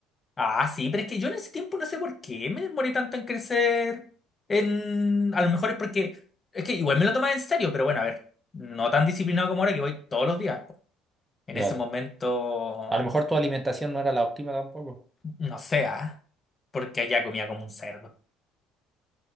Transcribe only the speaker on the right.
Claro.
A lo mejor tu alimentación no era la óptima tampoco.